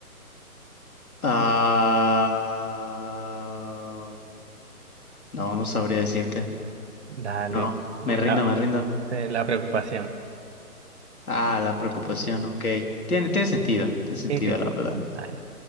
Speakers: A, on the left; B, on the right.
A: Ah, no, no sabría decirte.
B: Dale.
A: No,
B: La,
A: me rindo, me rindo.
B: te- la preocupación.
A: Ah, la preocupación, ok. Tiene, tiene sentido, tiene sentido,
B: Sí, sí,
A: la
B: sí.
A: verdad.
B: Nice.